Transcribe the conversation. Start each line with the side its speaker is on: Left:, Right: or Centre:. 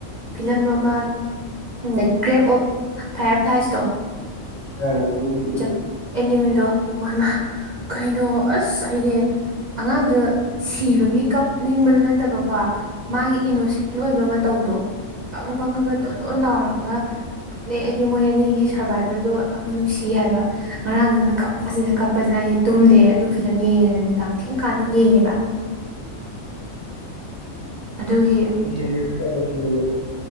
Right: ꯐꯤꯂꯝ ꯑꯃ ꯗꯥ ꯀ꯭ꯔꯦꯞ ꯑꯣꯐ ꯐꯌꯔ ꯐ꯭ꯂꯥꯏꯁꯇꯣ
Left: ꯍ <unintelligible>
Right: ꯖꯞ ꯑꯦꯅꯤꯃꯤꯜꯗꯣ ꯑꯣꯏꯃꯥ ꯀꯩꯅꯣ ꯑꯁ ꯑꯩꯅꯦ ꯑꯉꯥꯡꯗꯣ ꯁꯤꯕꯒꯤ ꯀꯞꯅꯤꯡꯕꯗꯨ ꯅꯠꯇꯕꯀꯣ ꯃꯥꯒꯤ ꯏꯅꯣꯁꯦꯟ ꯑꯣꯏꯕ ꯃꯇꯧꯗꯣ ꯏ ꯄꯪ ꯄꯪꯉꯒ ꯇꯣꯟ ꯇꯣꯟ ꯂꯥꯎꯔꯒ ꯈꯪꯗꯦ ꯑꯩꯗꯤ ꯃꯣꯏ ꯑꯅꯤꯒꯤ ꯁꯔꯕꯥꯏꯕꯦꯜꯗꯣ ꯌꯥꯝ ꯅꯨꯡꯁꯤ ꯍꯥꯏꯕ ꯉꯔꯥꯡꯗꯤ ꯀꯞꯄꯁꯤꯅ ꯀꯞꯄꯁꯤꯅ ꯑꯩꯁꯦ ꯇꯨꯝꯗꯦ ꯑꯗꯨ ꯐꯤꯂꯝ ꯌꯦꯡꯉ ꯅꯨꯡꯗꯥꯡ ꯊꯦꯡꯀꯥꯟꯗ ꯌꯦꯡꯉꯦꯕ ꯑꯗꯨꯒꯤ
Left: ꯅ ꯁꯤꯒꯦ <unintelligible>